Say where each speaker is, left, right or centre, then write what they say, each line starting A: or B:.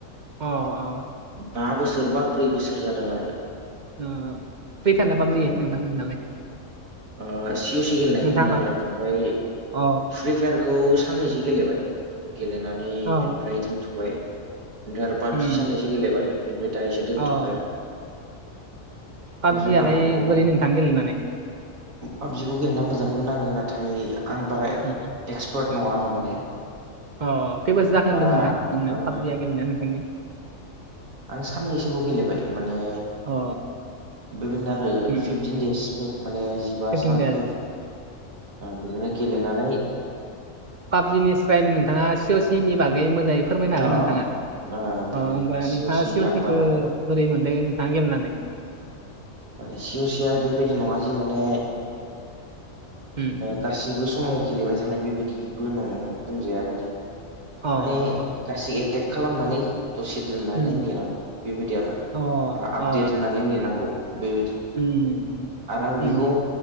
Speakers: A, on the right (about 45°); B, on the right (about 80°).
A: अ अ
B: बा बोसोर बा ब्रै बोसोर जादों आरो
A: ओ फैथारना माबादि
B: आंनिया
A: जायो नोंथां नोंनालाय?
B: ओ सिअ सि गेलेनायखौ
A: नोंथाङा
B: बुंदों
A: मागोन
B: आरो बेनिफ्राय
A: अ
B: फ्रि फायारखौ साननसो गेलेबाय गेलेनानै
A: अ
B: बिनिफ्राय दोनथ'बाय ओमफ्राय आरो पाबजि
A: उम
B: सानैसो गेलेबाय बेनिफ्राय दा एसे दोनथ'बाय
A: अ
B: आरो
A: पाबजियालाय
B: ओमफ्राय बारा गेलेनाय जाया
A: बोरै नोंथां गेलेनानै
B: पाबजिखौ गेलेना मोजांखौ नाङो नाथाय आं बारा
A: उम
B: एक्सपार्ट नङा आरो माने
A: अ खैबारासो जाखोन
B: बारा
A: होनदों नोंथां नों
B: रोङा
A: पाबजिया गेलेनाया नोंथांनिया
B: आं साननैसोबो गेलेबाय माने
A: अ
B: बिन आरो
A: उम
B: फिफटिन दसफोर माने एबा
A: फिफटिन
B: सानफोर
A: देस
B: बिदिनो गेलेनानै
A: पाबजिनिफ्राय नोंथाङा सि अ सि नि बागै मोजाङै फोरमायनो हागोन
B: अ ओ
A: नोंथाङा
B: बेनो
A: अ होनोमबा
B: सिअ
A: नोंथाङा
B: सि
A: सिवलटििखौो
B: आं बारा
A: बोरै मोनदों नोंथाङा गेलेनानै
B: माने सि असेया बेबायदि नङा जि माने
A: उम
B: गाससिबो समाव गेलेबाय थानाय बेबायदिबो नङा बुंजाया माने
A: अ
B: माने
A: अ अ
B: गासै एटेक खालामनानै दसे दोननानै
A: उम
B: नेनांगौ बेबायदि आरो
A: अ अ
B: आपडेट होनानै नेनांगौ बेबायदि
A: उम
B: आरो आं बेखौ
A: उम